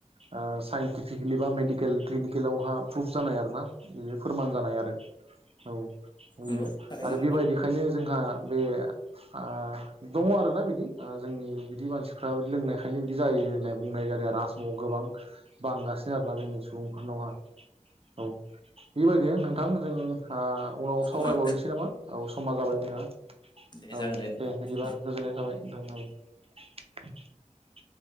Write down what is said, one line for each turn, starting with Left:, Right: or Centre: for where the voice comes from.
Right: ओ साइन्टिक फिकेलि बा मेडिकेल क्लिनिकेलावहा प्रुफ जानाय आरोना। बेयो फोरमान जानाय आरो औ बेयो
Left: नंगौ थारैनो
Right: आरो बेबायदिखायनो जोंहा बे आ दङ आरोना बिदि ओ जोंनि बिदि मानसिफ्राब लोंनायखायनो बिदि जायो बुंनाय जादों आरोना आसामाव गोबां बांगासिनो आरोना जोंनि सुबुंफोरनावहा । औ बेबायदिनो नोंथां जों आ उनाव
Left: समा
Right: सावरायबावनोसै नामा औ समा जाबाय नोंहा
Left: दे
Right: औ
Left: जागोन नोंथां।
Right: दे बिदिबा गोजोननाय थाबाय नोंथां औ। <inaudible>